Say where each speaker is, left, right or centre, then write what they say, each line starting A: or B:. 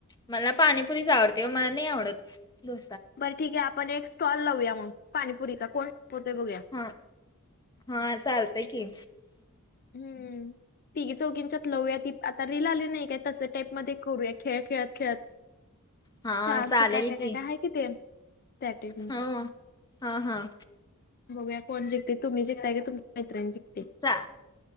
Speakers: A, on the left; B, on the left.
A: मला पाणीपुरीच आवडते ओ. मला नाही आवडत डो
B: बरं ठीक आहे आपण एक स्टॉल लावूया मग पाणीपुरीचा कोण संपवत़ बघूया.
A: हा हा. चालतंय की.
B: हम्म. तिघी चौघींच्यात लवूया. ती आता रील आली नाही काय तस टाईपमध्ये करुया खेळ खेळत खेळत.
A: हा
B: चान्स
A: चालेल
B: <unintelligible>
A: की
B: कितीयैत त्याट <unintelligible>
A: हो. हा हा
B: बघूया कोण जिंकतंय तुम्ही जगताय का तुमची मैत्रीण जिंकते.
A: चा